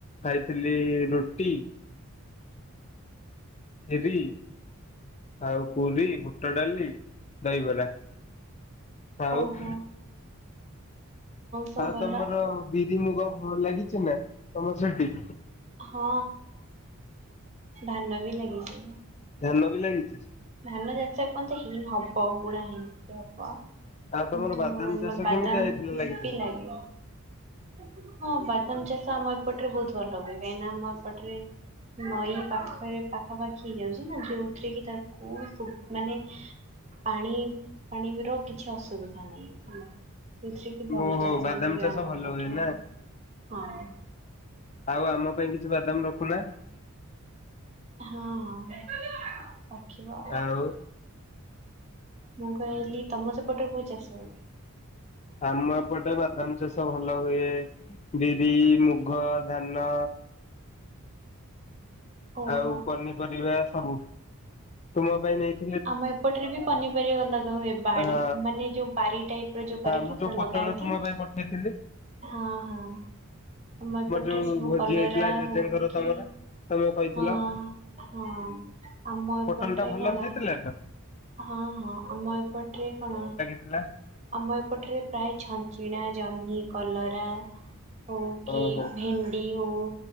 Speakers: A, on the left; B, on the right.
A: ଖାଇଥିଲି ରୁଟି।
B: <unintelligible>
A: ଯିବି। ଆଉ ପୁରୀ ବୁଟ ଡାଲି ଦହିବରା। ଆଉ
B: ଓହୋ। ସବୁ
A: ଆଉ
B: ଭଲ
A: ତମର ବିରି ମୁଗ ଭଲ ଲାଗିଛି ନା ତମର ସେଠି?
B: ହଁ ଧାନ ବି ଲାଗିଛି।
A: ଧାନ ବି ଲାଗିଛି?
B: ଧାନ ଚାଷ ଏପନ୍ତ ହେଇନି ହବ ବୁଣା ହେଇନି ହବ।
A: ଆଉ ତମର
B: କିନ୍ତୁ
A: ବାଦାମ ଚାଷ
B: ମୋର ବାଦାମ
A: କେମିତିଆ ହେଇଥିଲା
B: ବି
A: ଲାଗିଥିଲା?
B: ଲାଗେ। ହଁ ବାଦାମ ଚାଷ ଆମ ଏପଟରେ ବହୁତ ଭଲ ହୁଏ କାହିଁନା ଆମ ଏପଟରେ ନଈ ପାଖରେ ପାଖାପାଖି ହେଇଯାଉଛି ନା ଯୋଉଥିରେ କି ତାକୁ ମାନେ ପାଣି ପାଣିର କିଛି ଅସୁବିଧା ନାହିଁ ହେଲା। ଯେଉଥିରେ କି ଭଲ
A: ଓହୋ
B: ଚାଷ
A: ବାଦାମ
B: ବି ହୁଏ
A: ଚାଷ
B: ଆମର
A: ଭଲ
B: ଏପଟେ
A: ହୁଏ ନା
B: ହଁ।
A: ଆଉ ଆମ ପାଇଁ କିଛି ବାଦାମ ରଖୁନାହାନ୍ତି?
B: ହଁ ହଁ ଅଛି ବା।
A: ଆଉ
B: ମୁଁ କହିଲି ତମ ସେପଟେ କୋଉଁ ଚାଷ ହୁଏ?
A: ଆମ ଏପଟେ ବାଦାମ ଚାଷ ଭଲ ହୁଏ ବିରି, ମୁଗ, ଧାନ
B: ଓହୋ।
A: ଆଉ ପନିପରିବା ସବୁ ତୁମ ପାଇଁ ନେଇଥି
B: ଆମ ଏପଟରେ ବି ପନିପରିବା ଲଗା ହୁଏ ବାଡି
A: ହଁ
B: ମାନେ ଯୋଉ ବାରି ଟାଇପ ର ଯୋଉ କରିକି
A: ହଁ ମୁଁ
B: ପୁରା
A: ଯୋଉ ପୋଟଳ
B: ଲଗାନ୍ତି।
A: ତୁମ ପାଇଁ ପଠେଇଥିଲି?
B: ହଁ ହଁ। ଆମ ଏପଟରେ
A: ମୋର ଯୋଉ
B: ସବୁ
A: ଭୋଜି
B: କଲୋରା
A: ହେଇଥିଲା ଜେଜେଙ୍କର
B: <inaudible> କି।
A: ତମର ତମେ କହିଥିଲ।
B: ହଁ ହଁ ଆମ ଏପଟରେ
A: ପୋଟଳ ଟା ଭଲ
B: କଣ
A: ହେଇଥିଲା ତ
B: ହଁ ହଁ ଆମ ଏପଟରେ କଣ?
A: ହେଲା
B: ଆମ ଏପଟରେ ପ୍ରାୟ ଛଞ୍ଚିଣା ଜହ୍ନି କଲରା ହ କି
A: ଓହୋ
B: ଭେଣ୍ଡି ହଉ।